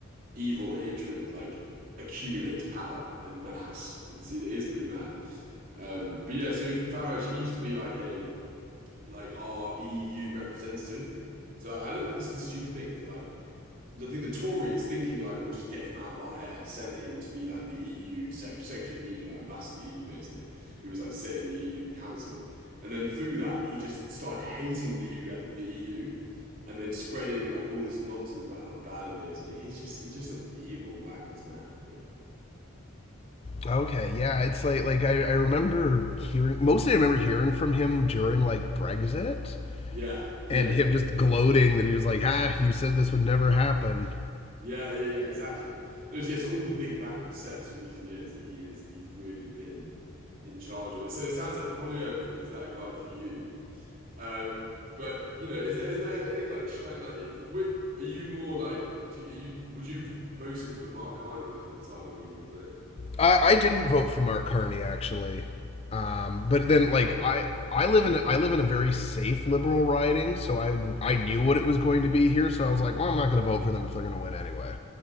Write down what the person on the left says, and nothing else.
Okay, yeah, it's like like I, I remember hearing mostly I remember hearing from him during like Brexit
and
him just gloating that he was like, ah, you said this would never happen.
I, I didn't vote for Mark Carney actually, um, but then like
I I live
in I live in a very safe liberal riding, so I I knew what it was going to be here, so I was like, well, I'm not going to vote for them if they're going to win anyway.